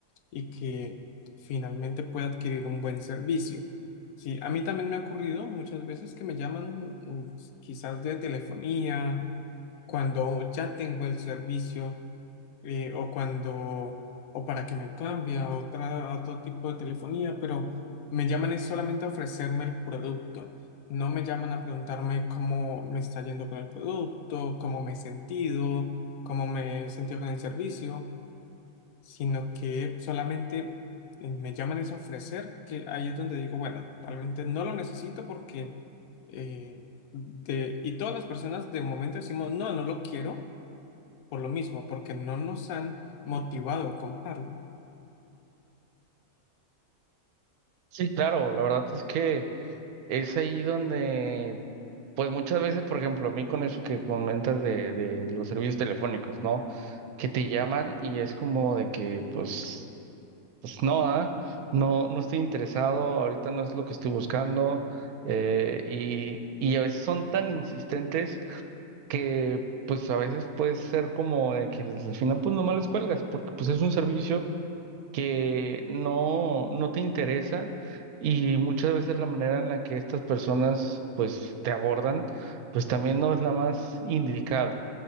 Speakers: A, on the left; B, on the right.
A: y que finalmente pueda adquirir un buen servicio. Sí, a mí también me ha ocurrido muchas veces que me llaman mm, quizás de telefonía, cuando ya tengo el servicio eh, o cuando, o para que me cambie a otra, a otro tipo de telefonía, pero me llaman es solamente a ofrecerme el producto. No me llaman a preguntarme cómo me está yendo con el producto, cómo me he sentido, cómo me he sentido con el servicio sino que solamente eh, me llaman es a ofrecer, que ahí es donde digo, bueno, realmente no lo necesito porque, eh, de, y todas las personas de momento decimos, no, no lo quiero por lo mismo, porque no nos han motivado a comprarlo.
B: Sí, claro, la verdad es que es ahí donde, pues muchas veces, por ejemplo, a mí con eso que comentas de, de los servicios telefónicos, ¿no? que te llaman y es como de que, pues, pues no, ah, No, no estoy interesado, ahorita no es lo que estoy buscando. eh, y, y a veces son tan insistentes que, pues, a veces puede ser como de que al final, pues, nomás les cuelgas, porque, pues, es un servicio que no, no te interesa y muchas veces la manera en la que estas personas, pues, te abordan, pues, también no es la más indicada.